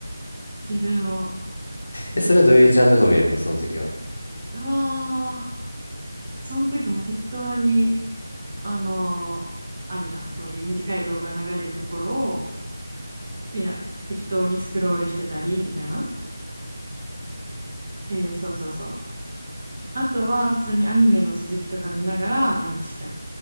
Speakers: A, on the right; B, on the left.
A: 自分を。
B: え、それはどういうジャンルの見るのその時は。
A: うわー。その時も適当に、あのーあるじゃん、そういう短い動画流れるところを、ピラ、適当にスクロールしてたり、みたいな。えーそうそうそう。あとは、普通にアニメの続きとか見ながら寝落ちしたり。